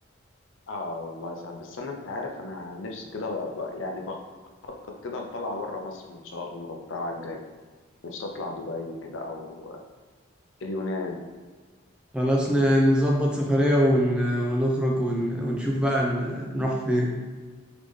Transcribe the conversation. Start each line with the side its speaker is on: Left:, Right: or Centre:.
Left: اه والله صعب بس انا انت عارف انا نفسي كده بقى بقى- يعني بخطط كده لطلعه بره مصر ان شاء الله بتاع الجاي نفسي اطلع دبي كده او اليونان
Centre: خلاص ن- نظبط سفرية ون... ونخرج ون... ونشوف بقى ن- نروح فين